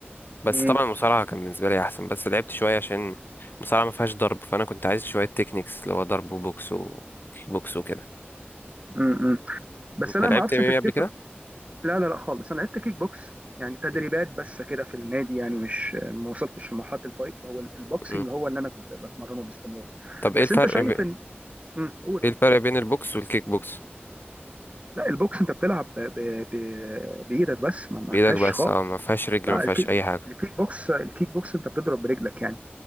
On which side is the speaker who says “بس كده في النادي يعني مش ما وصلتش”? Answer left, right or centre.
Right